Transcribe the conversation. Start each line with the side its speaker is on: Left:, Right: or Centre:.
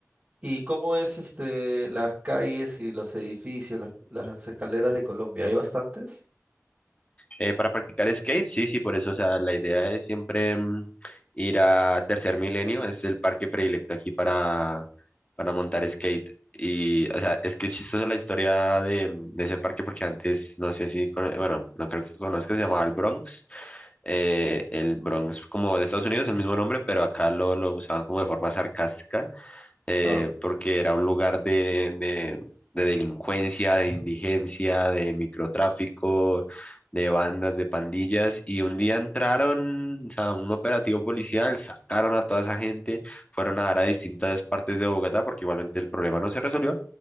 Right: ¿Y cómo es este las calles y los edificios, las, las escaleras de Colombia? ¿Hay bastantes?
Left: Eh, para practicar skate, sí, sí, por eso, o sea, la idea es siempre mm, ir a Tercer Milenio, es el parque predilecto aquí para, para montar skate. Y, o sea, es que es chistosa la historia de, de ese parque porque antes, no sé si, cono- bueno, no creo que conozcas, se llamaba el Bronx eh, el Bronx como de Estados Unidos, el mismo nombre, pero acá lo, lo usaban como de forma sarcástica eh,
Right: Claro.
Left: porque era un lugar de, de- de delincuencia, de indigencia, de microtráfico, de bandas, de pandillas, y un día entraron, o sea, un operativo policial, sacaron a toda esa gente, fueron a dar a distintas partes de Bogotá, porque igualmente el problema no se resolvió,